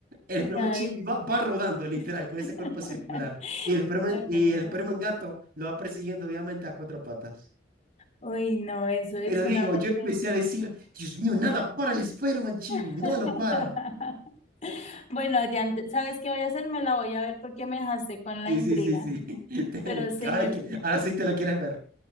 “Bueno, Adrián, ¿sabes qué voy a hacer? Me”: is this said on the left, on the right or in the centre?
Left